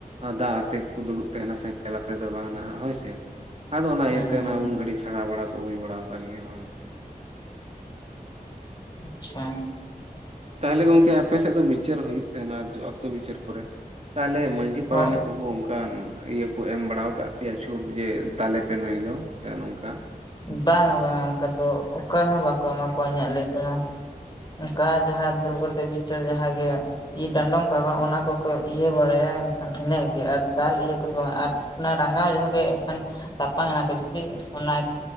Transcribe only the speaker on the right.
ᱟᱨ ᱫᱟᱜ ᱟᱛᱮ ᱜᱮᱠᱚ ᱫᱩᱲᱩᱵ ᱛᱟᱦᱮᱱᱟ ᱥᱮᱸᱜᱮᱞ ᱟᱛᱮᱫ ᱫᱚ ᱵᱟᱝ ᱱᱟᱦᱟᱜ ᱦᱳᱭ ᱥᱮ ᱟᱫᱚ ᱚᱱᱟ
ᱤᱭᱟᱹᱛᱮ
ᱚᱱᱟ ᱩᱱ ᱜᱷᱲᱤᱡ ᱪᱷᱟᱲᱟᱣ ᱵᱟᱲᱟ ᱠᱚ ᱦᱩᱭ ᱵᱟᱲᱟ ᱟᱠᱟᱱ ᱜᱮᱭᱟ ᱦᱳᱭ
ᱛᱟᱦᱚᱞᱮ ᱜᱚᱢᱠᱮ ᱟᱯᱮ ᱥᱮᱫ ᱫᱚ ᱵᱤᱪᱟᱹᱨ ᱦᱩᱭᱩᱜ ᱛᱟᱦᱮᱱᱟ ᱚᱠᱛᱚ ᱵᱤᱪᱟᱹᱨ ᱠᱚᱨᱮ ᱛᱟᱦᱚᱞᱮ ᱢᱟᱺᱡᱷᱤ
ᱯᱟᱨᱟᱱᱤᱠ ᱠᱚᱠᱚ ᱚᱱᱠᱟᱱ ᱤᱭᱟᱹ ᱠᱚ ᱮᱢ ᱵᱟᱲᱟ ᱟᱠᱟᱫ ᱯᱮᱭᱟ ᱪᱷᱩᱴ ᱡᱮ ᱫᱟᱞᱮ ᱯᱮ ᱱᱩᱭ ᱫᱚ ᱥᱮ ᱱᱚᱝᱠᱟ